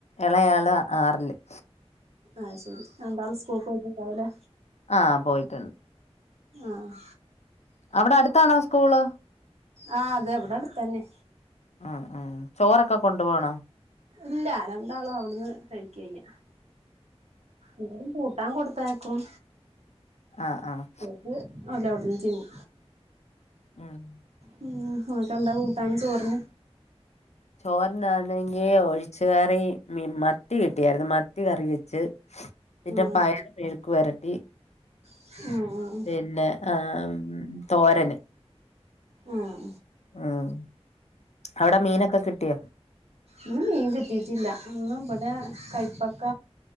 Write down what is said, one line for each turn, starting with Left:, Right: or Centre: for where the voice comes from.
Left: ഇളയാള് ആറിലും
Right: ആ ശെരി രണ്ടാളും സ്കൂൾക് പോയിട്ടിണ്ടാവലേ
Left: ആഹ് പോയിട്ടുണ്ട്
Right: ആഹ്
Left: അവിടെ അടുത്താണോ സ്കൂള്
Right: ആ അതെ വിടെ അടുത്തന്നെ
Left: ആഹ് ആഹ് ചോറൊക്കെ കൊണ്ടു പോണോ
Right: ഇല്ല രണ്ടാളും അവിടുന്ന് കഴിക്കിയ്യ ന്തേലും കൂട്ടാൻ കൊടു ത്ത് അയക്കും
Left: ആഹ് ആഹ്
Right: ത് അല്ല അവിടെന്ന് തിന്നും
Left: ആഹ്
Right: മ് ഓന്ക്കെന്താ കൂട്ടാന് ചോർന്
Left: ചോറിനാണെങ്കി ഒഴിച്ച കറി മീ മത്തി കിട്ടിയായിരുന്നു മത്തി കറി വെച്ച് ന്ന്ട്ട
Right: ഉം
Left: പയർ മേഴുക്ക് വരട്ടി
Right: ആഹ് ആഹ്
Left: പിന്നെ ആം തോരൻ
Right: ഉം
Left: ആഹ് അവിടെ മീനൊക്കെ കിട്ടിയോ
Right: ന്ന് മീൻ കിട്ടീട്ടില്ല ന്ന് ബടെ കൈപ്പക്ക